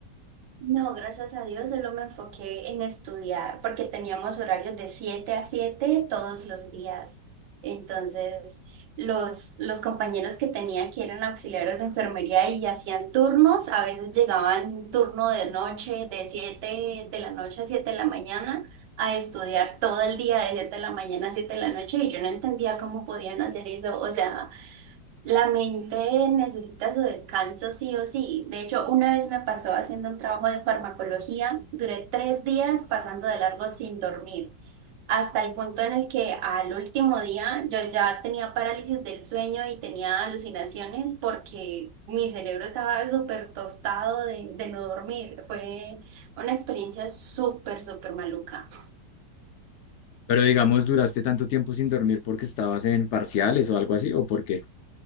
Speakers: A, on the right (about 75°); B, on the left (about 80°).
A: No, gracias a Dios, solo me enfoqué en estudiar, porque teníamos horarios de 7 a 7 todos los días. Entonces, los, los compañeros que tenía que eran auxiliares de enfermería y hacían turnos, a veces llegaban turno de noche, de 7 de la noche a 7 de la mañana, a estudiar todo el día de 7 de la mañana a siete de la noche, y yo no entendía cómo podían hacer eso. O sea, la mente necesita su descanso sí o sí. De hecho, una vez me pasó haciendo un trabajo de farmacología, duré tres días pasando de largo sin dormir, hasta el punto en el que al último día yo ya tenía parálisis del sueño y tenía alucinaciones porque mi cerebro estaba súper tostado de, de no dormir. Fue una experiencia súper, súper maluca.
B: Pero digamos, ¿duraste tanto tiempo sin dormir porque estabas en parciales o algo así? ¿O por qué?